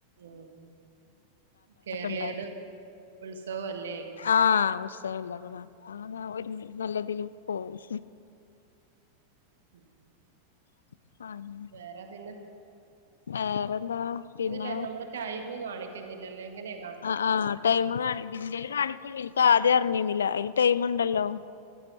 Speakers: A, on the right; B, on the left.
A: ഉം കേരളീയരുടെ
B: ഉണ്ടായിരുന്നു
A: ഉത്സവഅല്ലേ
B: ആഹ് ഉത്സവല്ലേ അതാ ആ ഒരു നല്ലതിലും പോകും
A: ഉം
B: <unintelligible>
A: വേറെ പിന്ന
B: വേറെന്താ പിന്നെ
A: ഇതില്ലേ നമ്മുടെ ടൈമ് കാണിക്കുന്നില്ലല്ലോ എങ്ങനെയ
B: ആഹ് ആഹ് ടൈമ് കാണിക്കും ഇതേല് കാണിക്കിണ് ഇപ്പ ആദ്യം അറിഞ്ഞിരുന്നില്ല അതില് ടൈമുണ്ടല്ലോ